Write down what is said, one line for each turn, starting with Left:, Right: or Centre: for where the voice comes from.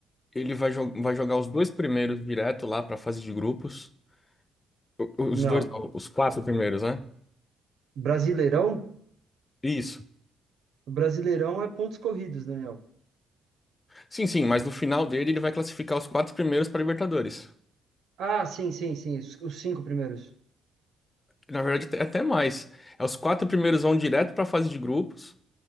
Left: ele vai, jo- vai jogar os dois primeiros direto lá pra fase de grupos. O- Os
Right: Não.
Left: dois, não, os quatro primeiros, né?
Right: Brasileirão?
Left: Isso.
Right: Brasileirão é pontos corridos, Daniel.
Left: Sim, sim, mas no final dele ele vai classificar os quatro primeiros para Libertadores.
Right: Ah, sim, sim, sim. Os, os cinco primeiros.
Left: Na verdade, até até mais. É os quatro primeiros vão direto para a fase de grupos.